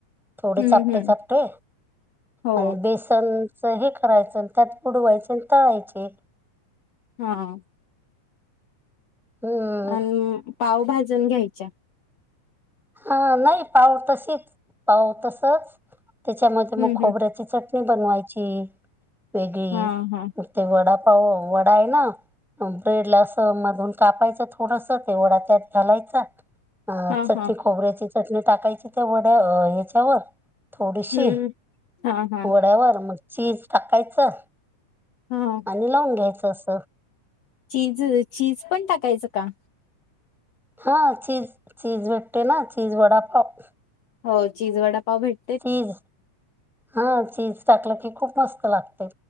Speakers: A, in the centre; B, on the left.
A: थोडे
B: हम्म
A: चापटे
B: हम्म
A: चापटे
B: हो
A: आणि बेस चंच हे करायचं त्यात बुडवायची आणि तळायचे.
B: हा.
A: हम्म
B: आणि पाव भाजून घ्यायच्या.
A: हा नाही पाव तशीच पाव तसंच तेच्यामध्ये मगं
B: हम्म
A: खोबऱ्याची
B: हम्म
A: चटणी. णी बनवायची वेगळी
B: हा हा
A: मग ते वडा पाव वडा आहे ना ब्रेड ला असं मधून कापायचं थोडस ते वडा त्यात घालायचा अ
B: हा
A: चटणी
B: हा
A: खोबऱ्याची चटणी टाकायची त्या वड्या अ ह्याच्यावर थोडीशी
B: हम्म हा हा
A: वड्यावर म चीज टाकायचं
B: हा
A: आणि लावून घ्यायचं अस.
B: चीज चीज पण टाकायचं का?
A: हा चीज चीज भेट्टते ना चीज वडापाव.
B: हो चीज वडापाव भेट
A: चीज हा चीज टाकलं की खूप मस्त लागते.